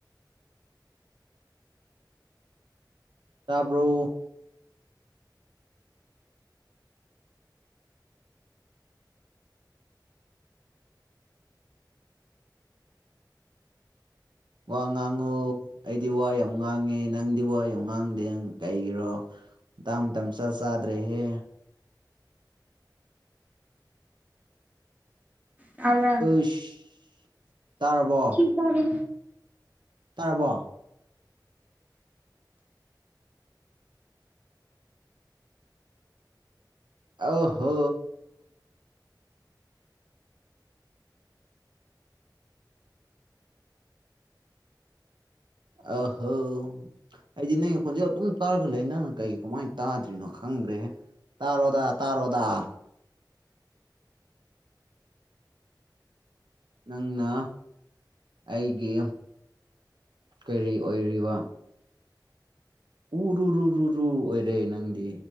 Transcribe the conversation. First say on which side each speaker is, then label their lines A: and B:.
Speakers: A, on the right; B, on the right.
A: ꯇꯥꯕ꯭ꯔꯣ ꯋꯥ ꯉꯥꯡꯉꯣ ꯑꯩꯗꯤ ꯋꯥ ꯌꯥꯝ ꯉꯥꯡꯉꯦ ꯅꯪꯗꯤ ꯋꯥ ꯌꯥꯝ ꯉꯥꯡꯗꯦ ꯀꯩꯒꯤꯔꯣ ꯃꯇꯥꯡ ꯃꯇꯝ ꯏꯆꯥ ꯆꯥꯗ꯭ꯔꯦꯍꯦ
B: ꯇꯥꯕ꯭ꯔꯥ
A: ꯎꯏꯁ ꯇꯥꯔꯕꯣ
B: ꯁꯤ ꯇꯥꯔꯦ
A: ꯇꯥꯔꯕꯣ ꯑꯧ ꯍꯣ ꯑꫭ ꯍꯣ ꯑꯩꯗꯤ ꯅꯪꯒꯤ ꯈꯣꯟꯖꯦꯜ ꯑꯗꯨꯝ ꯇꯥꯔꯒ ꯂꯩ ꯅꯪꯅ ꯀꯩ ꯀꯝꯃꯥꯏꯅ ꯇꯥꯗ꯭ꯔꯤꯅꯣ ꯈꯪꯗ꯭ꯔꯦꯍꯦ ꯇꯥꯔꯣꯗ ꯇꯥꯔꯣꯗ ꯅꯪꯅ ꯑꯩꯒꯤ ꯀꯔꯤ ꯑꯣꯏꯔꯤꯕ ꯎꯔꯨꯨꯔꯨꯨꯔꯨꯨꯔꯨ ꯑꯣꯏꯔꯦ ꯅꯪꯗꯤ